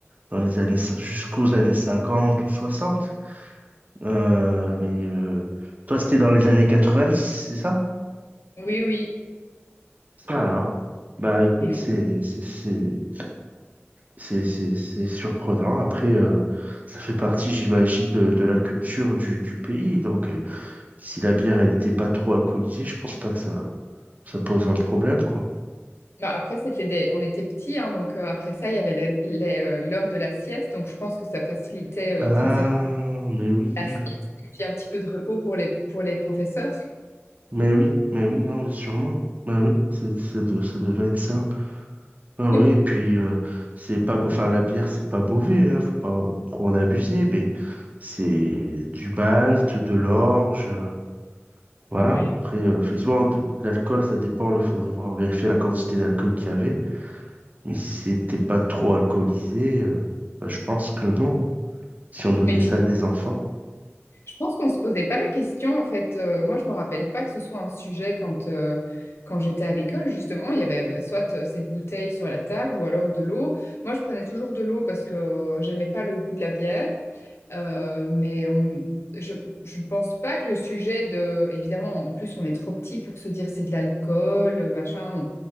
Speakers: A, on the right (about 35°); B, on the left (about 65°).
A: dans les années, cin- jusqu'aux années 50 ou 60. Euh, mais euh, toi, c'était dans les années 90, c'est ça?
B: Oui, oui.
A: Ça alors? Bah écoute,
B: C'est-
A: c'est, c'est, c'est- C'est, c'est, c'est surprenant. Après, euh, ça fait partie, j'imagine, de, de la culture du, du pays. Donc, euh, si la bière, elle n'était pas trop alcoolisée, je pense pas que ça, ça pose un problème, quoi.
B: Non, après, c'était des... on était petits, hein, donc euh, après ça, il y avait la- les, euh, l'heure de la sieste, donc je pense que ça facilitait
A: Ah,
B: euh, très certainement
A: mais oui,
B: la sieste, et puis un petit peu de repos pour les, pour les professeurs.
A: mais oui, mais oui, non, mais sûrement. Mais oui, c'est, c'est de- ça devait être ça. Ah oui,
B: <laughs>
A: et puis, euh, c'est pas, mau- enfin, la bière, c'est pas mauvais, hein, faut pas trop en abuser, mais c'est du malt, de l'orge. euh, Voilà.
B: Oui.
A: Après, euh, effectivement, de- l'alcool, ça dépend. Il faudrait voir, vérifier la quantité d'alcool qu'il y avait. Mais si c'était pas trop alcoolisé, euh, bah, je pense que non. Si on donnait
B: Mais tu-
A: ça à des enfants.
B: je pense qu'on ne se posait pas la question, en fait. Euh, moi, je ne me rappelle pas que ce soit un sujet quand, euh, quand j'étais à l'école, justement. Il y avait bah, soit euh, cette bouteille sur la table ou alors de l'eau. Moi, je prenais toujours de l'eau parce que euh, j'aimais pas le goût de la bière. Euh, mais on- je ne pense pas que le sujet de... Évidemment, en plus, on est trop petit pour se dire c'est de l'alcool, euh, machin.